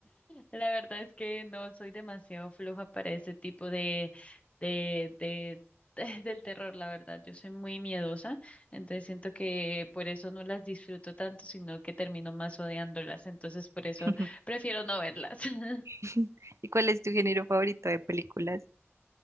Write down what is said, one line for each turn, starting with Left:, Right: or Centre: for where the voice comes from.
Left: La verdad es que no soy demasiado floja para ese tipo de, de, de, <laughs> del terror, la verdad. Yo soy muy miedosa, entonces siento que por eso no las disfruto tanto, sino que termino más odiándolas. Entonces por eso
Right: <laughs>
Left: prefiero no verlas. <laughs>
Right: <laughs> ¿Y cuál es tu género favorito de películas?